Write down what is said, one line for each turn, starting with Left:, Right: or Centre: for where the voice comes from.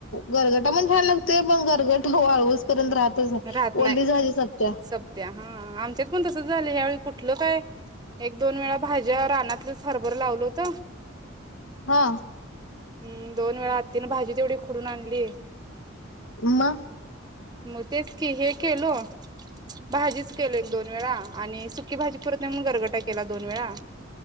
Left: गरगटा पण छान लागतोय. पण गरगट वाळऊस पर्यंत राहत ओल्ली
Right: राहत नाही
Left: भाजीचं सपत्या.
Right: सपत्या हा आमच्यात पण तसच झालं. ह्यावेेळी कुठलं काय एक-दोन वेळा भाज्या रानातलंच हरभर लावल होत.
Left: हा
Right: हम् दोन वेळा आत्ती न भाजी तेवढी खुडून आणली.
Left: मग
Right: मग तेच की हे. केलो. भाजीच केल एक-दोन-वेळा आणि सुकी भाजी पुरत नाही म्हूनन गरगटा केला दोन वेळा.